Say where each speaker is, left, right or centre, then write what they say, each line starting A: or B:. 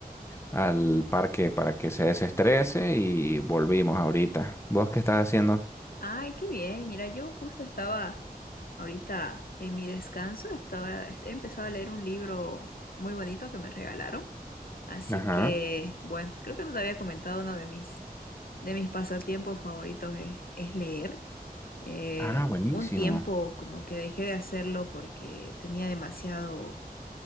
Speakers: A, on the left; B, on the left.
A: al parque para que se desestrese y volvimos ahorita. ¿Vos qué estás haciendo?
B: Ay, qué bien. Mira, yo justo estaba ahorita en mi descanso, estaba, he empezado a leer un libro muy bonito que me regalaron. Así
A: Ajá.
B: que, bueno, creo que no te había comentado uno de mis, de mis pasatiempos favoritos es, es leer. Eh,
A: Ah, buenísimo.
B: un tiempo como que dejé de hacerlo porque tenía demasiado.